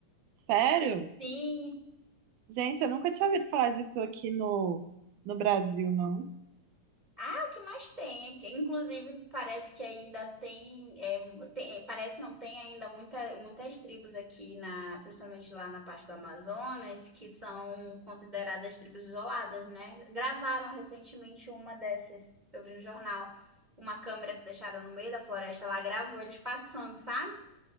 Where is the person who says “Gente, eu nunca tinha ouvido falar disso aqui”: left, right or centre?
Right